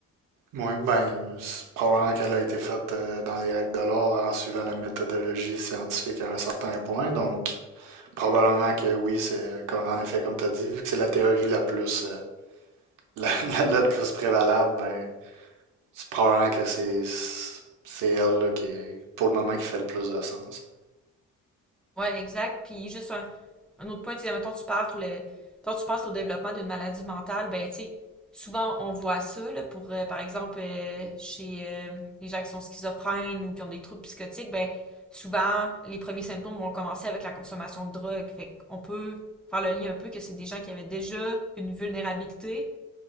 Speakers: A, on the right; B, in the centre.
A: Oui, ben, c'est probablement qu'elle a été faite euh, dans les règles de l'art en suivant la méthodologie scientifique à un certain point. Donc, probablement que oui, c'est euh, comme- en effet, comme tu as dit, vu que c'est la théorie la plus, euh, <laughs> la, la- la plus prévalable, ben, c'est probablement que c'est c'est elle là, qui, est- pour le moment, qui fait le plus de sens.
B: Ouais, exact. Puis juste un, un autre point, tu sais, mettons, tu parles, quand tu penses au développement d'une maladie mentale, ben, tu sais, souvent on voit ça, là, pour, euh, par exemple, euh, chez euh, les gens qui sont schizophrènes ou qui ont des troubles psychotiques, ben, souvent, les premiers symptômes vont commencer avec la consommation de drogue. Fait qu'on peut faire le lien un peu que c'est des gens qui avaient déjà une vulnérabilité,